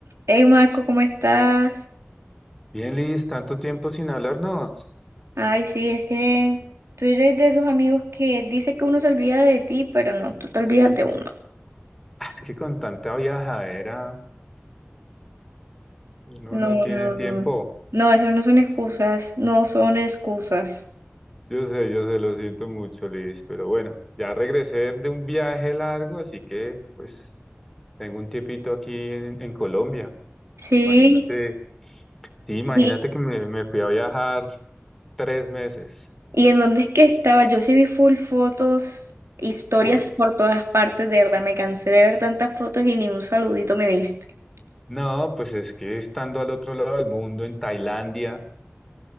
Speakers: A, on the right (about 80°); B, in the centre.
A: Hey Marco, ¿cómo estás?
B: Bien, Liz, tanto tiempo sin hablarnos.
A: Ay, sí, es que tú eres de esos amigos que dice que uno se olvida de ti, pero no, tú te olvidas de uno.
B: Es que con tanta viajadera uno
A: No,
B: no tiene
A: no,
B: tiempo.
A: no. No, eso no son excusas, no son excusas.
B: Yo sé, yo sé, lo siento mucho, Liz, pero bueno, ya regresé de un viaje largo, así que pues tengo un tiempito aquí en, en Colombia.
A: Sí,
B: Imagínate, sí, imagínate
A: y,
B: que me, me fui a viajar tres meses.
A: y en dónde es que estaba, yo sí vi full fotos, historias
B: Pues
A: por todas partes, de verdad, me cansé de ver tantas fotos y ni un saludito me diste.
B: no, pues es que estando al otro lado del mundo, en Tailandia,